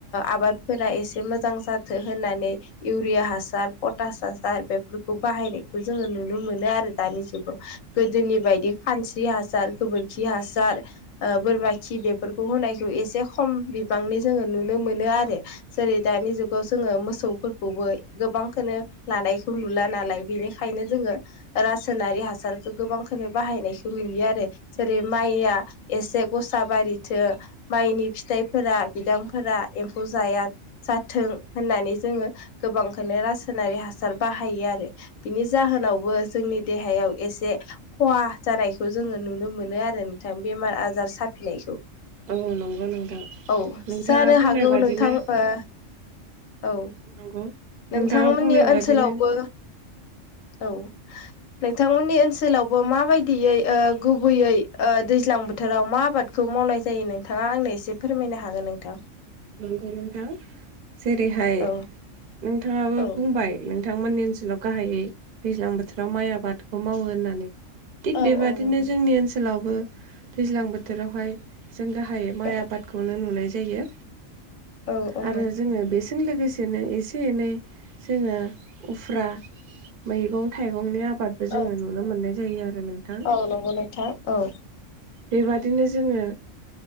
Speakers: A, on the left (about 80°); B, on the right (about 60°).
A: आबादारिफोरा एसे मोजां जाथों होननानै इउरिया हासार पटास हासार बेफोरखौ बाहायनायखौ जों जोङो नुनो मोनो आरो दानि जुगाव गोदोनि बायदि खानस्रि हासार गोबोरखि हासार बोरमा खि बेफोरखौ होनायखौ एसे खम बिबांनि जोङो नुनो मोनो आरो जेरै दानि जुगाव जोङो मोसौफोरखौबो गोबांखौनो लानायखौ नुला नालाय बेनिखायनो जोङो रासायनारि हासारखौ गोबांखौनो बाहायनायखौ नुयो आरो जेरै माइया एसे गस बारिथो माइनि फिथाइफोरा बिदांफोरा एम्फौ जाया जाथों होननानै जोङो गोबांखौनो रासायनारि हासार बाहायो आरो बिनि जाहोनाव जोंनि देहायाव एसे खहा जानायखौ जोङो नुनो मोनो आरो नों आजार साफिनायखौ
B: औ नंगौ नोंथां
A: औ
B: नोंथाङा
A: जानो
B: बुंनाय
A: हागौ
B: बादिनो
A: नोंथां ओ औ
B: नंगौ
A: नोंथांमोननि
B: नोंथाङा बुंनाय
A: ओनसोलावबो
B: बादिनो
A: औ नोंथांमोननि ओनसोलावबो माबायदियै ओ गुबैयै दैज्लां बोथोराव मा आबाद खौ मावनाय जायो नोंथाङा आंनो एसे फोरमायनो हागोन नोंथां
B: नंगौ नोंथां जेरैहाय
A: औ
B: नोंथाङाबो
A: औ
B: बुंबाय नोंथांमोननि ओनसोलाव गाहायै दैज्लां बोथोराव माइ आबादखौ मावो होननानै। थिग
A: औ
B: बेबादिनो
A: नंगौ नोंथां
B: जोंनि ओनसोलावबो दैज्लां बोथोरावहाय जों गाहाय माइ
A: औ
B: आबादखौनो नुनाय जायो
A: औ
B: आरो
A: नंगौ
B: जोङो बेजों लोगोसे बिदिनो एसे एनै जोङो उफ्रा मैगं थाइगंनि आबाद आबादबो जोङो
A: औ
B: नुनो मोननाय जायो आरो नोंथां।
A: औ नंगौ नोंथां औ
B: बेबादिनो जोङो